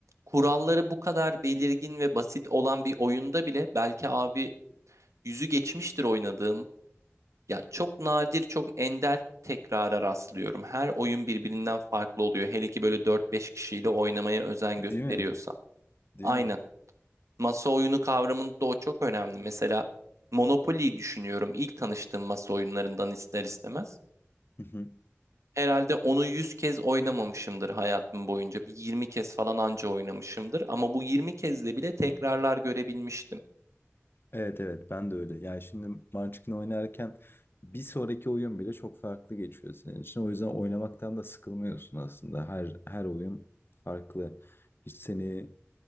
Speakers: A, on the right; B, on the left.
A: kuralları bu kadar belirgin ve basit olan bir oyunda bile belki abi yüzü geçmiştir oynadığım Ya çok nadir, çok ender tekrara rastlıyorum. Her oyun birbirinden farklı oluyor. Hele ki böyle dört beş kişiyle oynamaya özen
B: Değil
A: gösteriyorsan.
B: mi? Değil
A: Aynen.
B: mi?
A: Masa oyunu kavramında o çok önemli. Mesela Monopoly'yi düşünüyorum. İlk tanıştığım masa oyunlarından ister istemez.
B: Hı hı.
A: Herhalde onu 100 kez oynamamışımdır hayatım boyunca. Bir 20 kez falan anca oynamışımdır. Ama bu 20 kezde bile tekrarlar görebilmiştim.
B: Evet evet ben de öyle. Yani şimdi Munchkin oynarken bir sonraki oyun bile çok farklı geçiyor senin için. O yüzden oynamaktan da sıkılmıyorsun aslında. Her her oyun farklı. Hiç seni